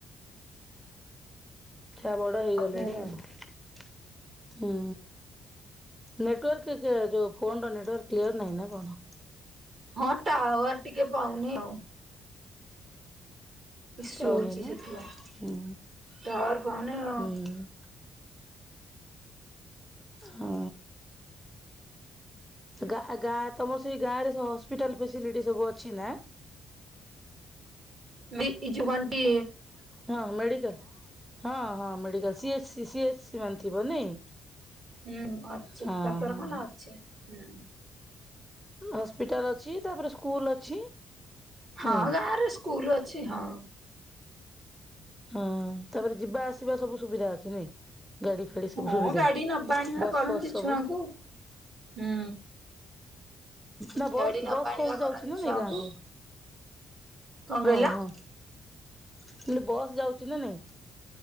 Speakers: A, in the centre; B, on the right.
A: ଛୁଆ ବଡ ହେଇଗଲେଣି
B: ହୁଁ
A: ଆଉ। ହୁଁ ନେଟୱାର୍କ ଯୋଉ ଫୋନର ନେଟୱାର୍କ କ୍ଲିୟର ନାହିଁ ନା କଣ?
B: ହଁ ଟାୱାର ଟିକେ ପାଉନି ଆଉ। ଇସୁ
A: ପାଉନି
B: ହେଉଛି
A: ନା?
B: ସେଥିପାଇଁ
A: ହୁଁ
B: ଟାୱାର ପାଉନି ଆଉ।
A: ହୁଁ ହ ଗା ଗା ତମର ସେଇ ଗାଁ ରେ ହସ୍ପିଟାଲ ଫେସିଲିଟି ସବୁ ଅଛି ନା।
B: ବି ଏଇ ଯୋଉ କଣଟି।
A: ହଁ ମେଡିକାଲ୍ ହଁ ହଁ ମେଡିକାଲ୍ ସିଏ ସିଏସି ମାନ ଥିବ ନାଇଁ।
B: ହୁଁ ଅଛି
A: ହଁ
B: ଡାକ୍ତରଖାନା
A: ହଁ।
B: ଅଛି ହୁଁ।
A: ହସ୍ପିଟାଲ ଅଛି ତାପରେ ସ୍କୁଲ ଅଛି।
B: ହଁ
A: ନାଇଁ
B: ଗାଁରେ ସ୍କୁଲ ଅଛି ହଁ।
A: ହଁ ତାପରେ ଯିବା ଆସିବା ସବୁ ସୁବିଧା ଅଛି ନାଇଁ ଗାଡି ଫାଡି ସବୁ
B: ହଁ
A: ସୁବିଧା
B: ଗାଡି ନବା ଆଣିବା
A: ବସ୍
B: କରନ୍ତି
A: ଫସ୍ ସବୁ
B: ଛୁଆଙ୍କୁ ହୁଁ।
A: ନା ବସ୍
B: ଗାଡି ନବା
A: ବସ୍
B: ଆଣିବା
A: ଫସ୍
B: କରନ୍ତି
A: ଯାଉଛି ନା
B: ଛୁଆଙ୍କୁ
A: ନାଇଁ ଗାଁକୁ।
B: କଣ କହିଲ?
A: ହଁ ହଁ ମୁଁ କହିଲି ବସ୍ ଯାଉଛି ନା ନାଇଁ?